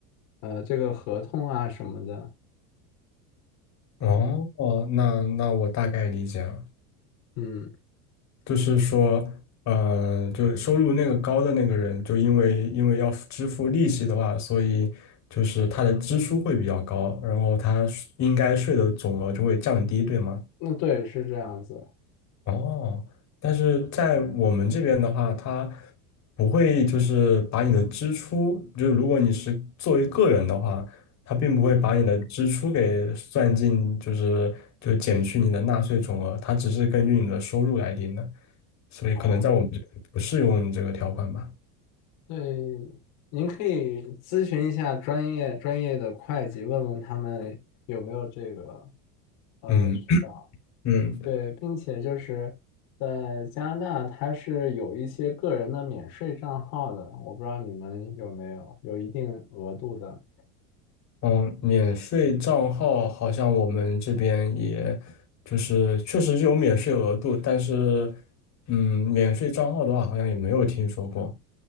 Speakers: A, on the left (about 60°); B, on the left (about 40°).
A: 呃，这个合同啊什么的，
B: 哦哦，那那我大概理解了，
A: 嗯，
B: 就是说，呃，就收入那个高的那个人，就因为因为要支付利息的话，所以就是他的支出会比较高，然后他应该税的总额就会降低，对吗？
A: 那对，是这样子
B: 哦，但是在我们这边的话，它不会就是把你的支出，就是如果你是作为个人的话，它并不会把你的支出给算进，就是就减去你的纳税总额，它只是根据你的收入来定的，所以可能在我们这里不适用这个条款吧。
A: 啊，对，您可以咨询一下专业专业的会计，问问他们有没有这个呃渠道。
B: 嗯 <clears throat> 嗯，
A: 对，并且就是在加拿大，它是有一些个人的免税账号的，我不知道你们有没有，有一定额度的。
B: 嗯，免税账号好像我们这边也就是确实是有免税额度，但是嗯，免税账号的话好像也没有听说过。